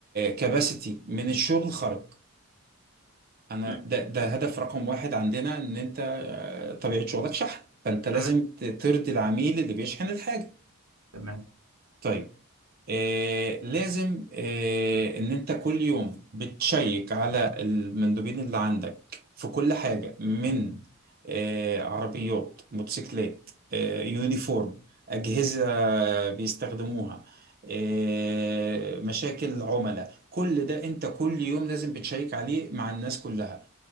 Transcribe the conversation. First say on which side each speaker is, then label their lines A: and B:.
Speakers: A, on the right; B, on the right.
A: كباسيتي من الشغل خرج انا
B: مم.
A: ده ده هدف رقم واحد عندنا ان انت آه، طبيعة شغلك شحن فانت لازم
B: تمام
A: ت- ترضي العميل اللي بيشحن الحاجة
B: تمام
A: طيب آه لازم آه ان انت كل يوم بتشيك على المندوبين اللي عندك في كل حاجة من آه عربيات موتوسيكلات آه يونيفورم أجهزة بيستخدموها آه مشاكل عملاء كل ده انت كل يوم لازم بتشيك عليه مع الناس كلها